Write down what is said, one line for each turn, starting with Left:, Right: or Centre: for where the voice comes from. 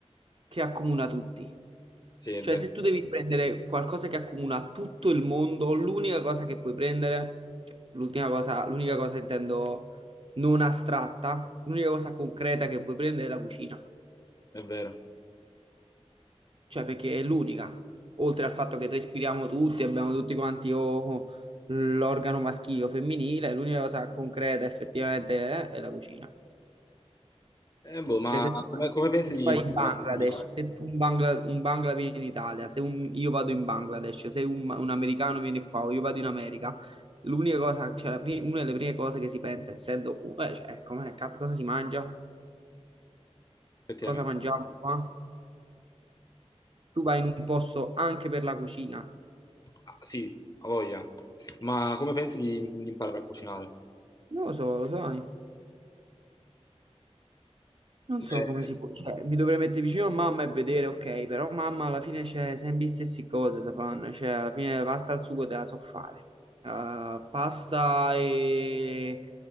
Right: che accomuna tutti.
Left: Sì, è
Right: Cioè,
Left: vero,
Right: se tu devi prendere qualcosa che accomuna tutto il mondo, l'unica cosa che puoi prendere, cioè, l'ultima cosa, l'unica cosa intendo non astratta, l'unica cosa concreta che puoi prendere è la cucina
Left: è vero.
Right: cioè perché è l'unica, oltre al fatto che respiriamo tutti, abbiamo tutti quanti o l'organo maschile o femminile, l'unica cosa concreta effettivamente è, è la cucina.
Left: Eh, boh, ma
Right: Cioè se tu,
Left: come, come pensi
Right: se tu
Left: di
Right: vai in
Left: imparare
Right: Bangladesh,
Left: a cucinare?
Right: se tu un Bangla, un Bangla viene in Italia, se un- io vado in Bangladesh, se un, un americano viene qua o io vado in America, l'unica cosa, cioè la pri- una delle prime cose che si pensa, essendo, eh, cioè, com'è, cazzo, cosa si mangia?
Left: Effettivamente.
Right: Cosa mangiamo qua? Tu vai in un posto anche per la cucina.
Left: Ah, sì, ha voglia. Ma come pensi di, di imparare a cucinare?
Right: Non lo so, lo sai. Non
Left: Eh,
Right: so come si può, cioè, mi dovrei mettere vicino a mamma e vedere, ok, però mamma alla fine c'è sempre le stesse cose, si fanno, cioè alla fine la pasta al sugo te la so fare, Eh, pasta e,